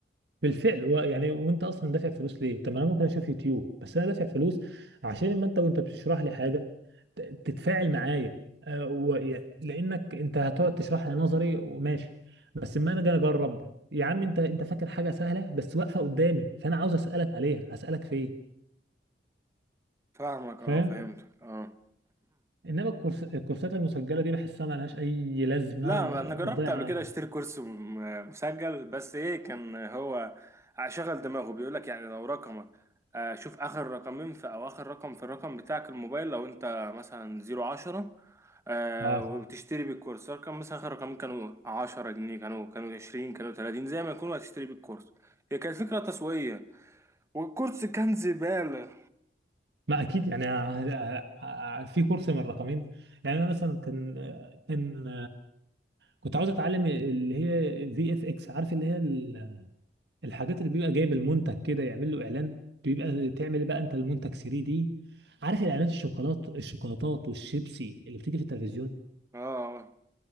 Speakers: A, on the right; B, on the right.
A: بالفعل و- يعني وانت اصلا دافع فلوس ليه؟ طب ما انا ممكن اشوف يوتيوب بس انا دافع فلوس عشان ما انت وانت بتشرح لي حاجه ت- تتفاعل معايا آه، ويا- لانك انت هتقعد تشرح لي نظري وماشي بس اما انا جاي اجرب يا عم انت انت فاكر حاجه سهله بس واقفه قدامي فانا عاوز اسالك عليها هسالك فين؟
B: فاهمك
A: فاهم؟
B: اه فهمتك اه
A: انما الكورس... الكورسات المسجله دي بحسها ملهاش اي لازمه
B: لا
A: وبتضيع
B: انا جربت قبل كده
A: وقتنا
B: اشتري كورس م- مسجل بس ايه كان هو شغل دماغه بيقول لك يعني لو رقمك آه، شوف اخر رقمين في او اخر رقم في الرقم بتاعك الموبايل لو انت مثلا زيرو عشرة آه،
A: اه
B: وبتشتري بالكورس رقم مثلا اخر رقمين كانوا عشرة جنيه كانوا كانوا عشرين كانوا تلاتين زي ما يكونوا هتشتري بالكورس هي كانت فكرة تسويقية والكورس كان زبالة
A: ما اكيد يعني ه- ه- ه- في كورس من الرقمين يعني انا مثلا كان كان كنت عاوز اتعلم اللي هي في اف اكس عارف اللي هي ال- الحاجات اللي بيبقى جايب المنتج كده يعمل له اعلان بيبقى تعمل بقى انت المنتج 3 دي عارف الاعلانات الشوكولات الشوكولاتات والشيبسي اللي بتيجي في التلفزيون
B: اه آه،